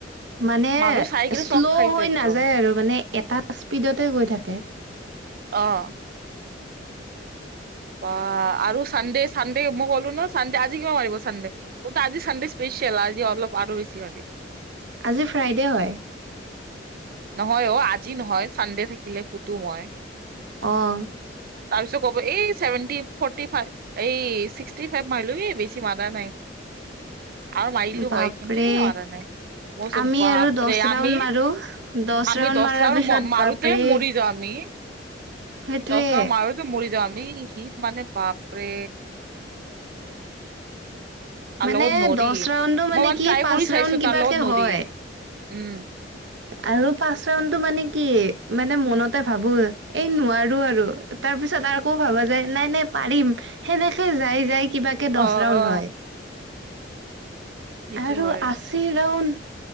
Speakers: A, on the right; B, on the right.
A: মানে
B: মানুহ চাই কিনে
A: শ্ল'
B: চক খাই যায়
A: হৈ
B: একদম
A: নাযায় আৰু মানে এটা স্পীডতে গৈ থাকে।
B: অ'। বা আৰু সন্দেশ চানডে মই ক'লো ন' চানডে আজি কিবা মাৰিব চানডে কিন্তু আজি চানডে স্পেচিয়েল, আজি অলপ আৰু বেছি মাৰিব।
A: আজি ফ্ৰাইডে হয়।
B: নহয় অ' আজি নহয়, চানডে থাকিলে ফুতো মই।
A: অ'।
B: তাৰপিছত ক'ব এই ছেভেনটি, ফৰ্টি ফাইভ। এই চিক্সটি ফাইভ মাৰিলো, এই বেছি মাৰা নাই।
A: <inaudible>
B: আৰু মৰিলোঁ
A: বাপৰে
B: হয় কিন্তু এই মাৰা নাই, মই কৈছোঁ
A: আমি
B: বাপৰে
A: আৰু দহ
B: আমিৰ
A: <unintelligible>
B: আমি দছটা
A: মাৰাৰ পিছত
B: মাৰোঁতে
A: বাপৰে
B: মৰি যাওঁ আমি।
A: সেইটোয়ে
B: দছ ৰাউণ্ড মাৰোঁতে মৰি যাম আমি, সি মানে বাপৰে। তাৰলগত
A: মানে
B: নৰি,
A: দহ ৰাউণ্ডো
B: মই মানে
A: কি
B: ট্ৰাই
A: পাঁচ
B: কৰি চাইছোঁ
A: ৰাউণ্ড কিবাকে
B: তাৰ লগত নৰি,
A: হয়
B: উম।
A: আৰু পাচ ৰাউণ্ডটো মানে কি, মানে মনতে ভাবো এই নোৱাৰো আৰু। তাৰপিছত আকৌ ভাবা যায় নাই নাই পাৰিম সেনেকে যাই যাই কিবাকে
B: অ
A: দছ ৰাউণ্ড
B: অ
A: হয়।
B: সেইটো
A: আৰু
B: হয়।
A: আশী ৰাউণ্ড